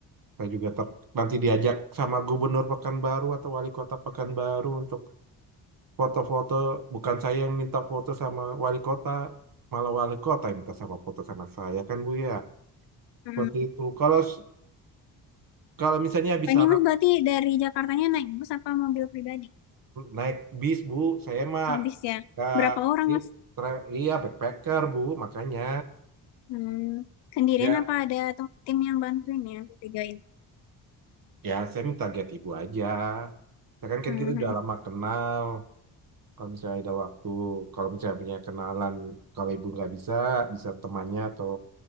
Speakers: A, on the right; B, on the left.
A: Saya juga ter- nanti diajak sama gubernur Pekanbaru atau wali kota Pekanbaru untuk foto-foto. Bukan saya yang minta foto sama wali kota, malah wali kota yang minta sama foto sama saya kan Bu ya.
B: Mm-mm.
A: Seperti itu. Kalau s- kalau misalnya habis
B: Oh, Ini
A: harap
B: Mas berarti dari Jakartanya naik bus apa mobil pribadi?
A: naik bis Bu, saya mah
B: Habis ya.
A: nggak
B: Berapa orang,
A: i-
B: Mas?
A: tra- iya backpacker Bu, makanya
B: Hmm, sendirian
A: ya
B: apa ada tem- tim yang bantuin ya? Bedain.
A: ya saya minta get ibu aja. Ya kan kan
B: Mhm.
A: kita udah lama kenal. Kalau misalnya ada waktu, kalau misalnya punya kenalan, kalau ibu nggak bisa, bisa temannya atau